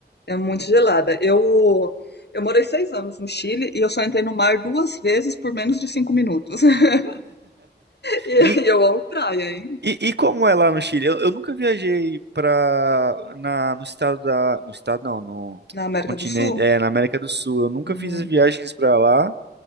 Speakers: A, on the left; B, on the right.
A: é muito gelada. Eu eu morei seis anos no Chile e eu só entrei no mar duas vezes por menos de cinco minutos. <laughs> E
B: E,
A: eu amo praia, hein?
B: e, e como é lá no Chile? Eu, eu nunca viajei para na no estado da, no estado não, no
A: Na América
B: continente,
A: do Sul.
B: é, na América do Sul. Eu nunca
A: Uhum.
B: fiz as viagens para lá.